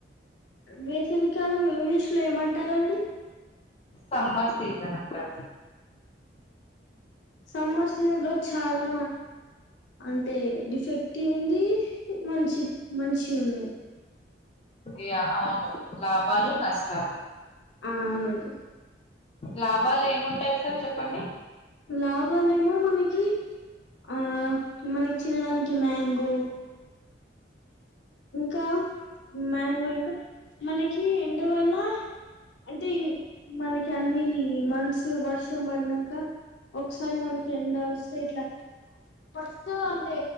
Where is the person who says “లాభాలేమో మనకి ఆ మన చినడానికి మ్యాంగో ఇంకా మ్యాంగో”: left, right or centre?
Left